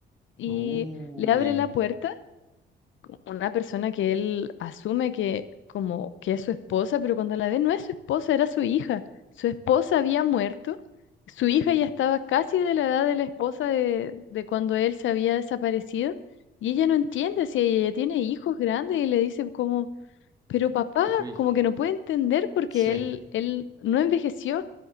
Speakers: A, on the left; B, on the right.
A: Y
B: Uy,
A: le abre la puerta una persona que él asume que como que es su esposa, pero cuando la ve no es su esposa, era su hija. Su esposa había muerto, su hija ya estaba casi de la edad de la esposa de, de cuando él se había desaparecido y ella no entiende si ella ya tiene hijos grandes y le dice como, pero papá,
B: uy,
A: como que no puede entender porque
B: sí.
A: él, él no envejeció